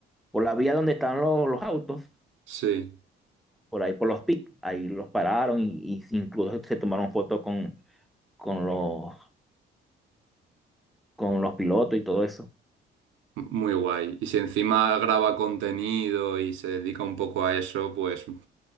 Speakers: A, in the centre; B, on the right.
A: por la vía donde están los, los autos.
B: Sí,
A: por ahí por los PIC. Ahí los pararon y, y incluso se tomaron fotos con, con los con los pilotos y todo eso.
B: m- muy guay. Y si encima graba contenido y se dedica un poco a eso, pues